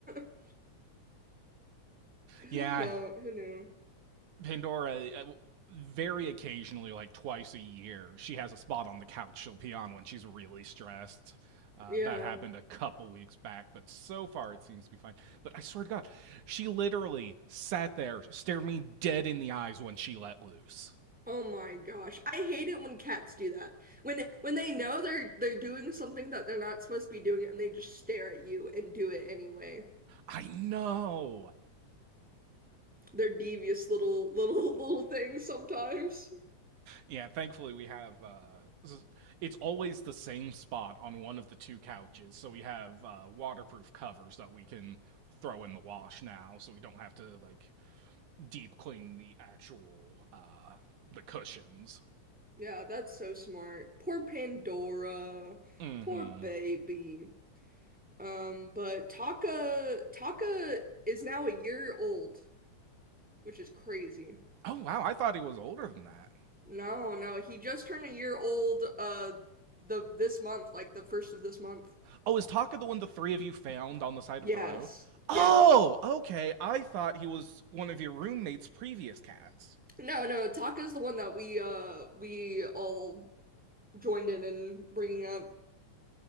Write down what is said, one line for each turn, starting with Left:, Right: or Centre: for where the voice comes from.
Centre: <laughs>
Right: Yeah,
Centre: Who know? Who knew?
Right: Pandora uh, very occasionally like twice a year, she has a spot on the couch she'll pee on when she's really stressed. Uh,
Centre: Yeah.
Right: that happened a couple weeks back, but so far it seems to be fine. But I swear to God, she literally sat there, stared me dead in the eyes when she let loose.
Centre: Oh my gosh. I hate it when cats do that. When when they know they're they're doing something that they're not supposed to be doing and they just stare at you and do it anyway.
Right: I know.
Centre: They're devious little little <laughs> little things sometimes.
Right: Yeah, thankfully we have. Uh, it's always the same spot on one of the two couches, so we have uh, waterproof covers that we can throw in the wash now, so we don't have to like deep clean the actual uh, the cushions.
Centre: Yeah, that's so smart. Poor Pandora.
Right: Mm-hmm.
Centre: Poor baby. Um, but Taka Taka is now a year old, which is crazy.
Right: Oh wow, I thought he was older than that.
Centre: No, no, he just turned a year old uh the this month, like the first of this month.
Right: Oh, is Taka the one the three of you found on the side
Centre: Yes,
Right: of the road? Oh,
Centre: yes.
Right: okay. I thought he was one of your roommate's previous cats.
Centre: No, no, Taka's the one that we uh we all joined in in bringing up.